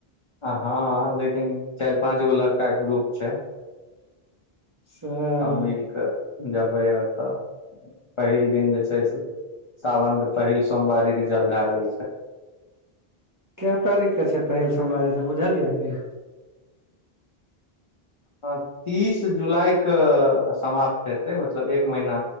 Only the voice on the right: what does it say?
<unintelligible>
कै तारीख के छै पहिल सोमवारी से बुझल ये की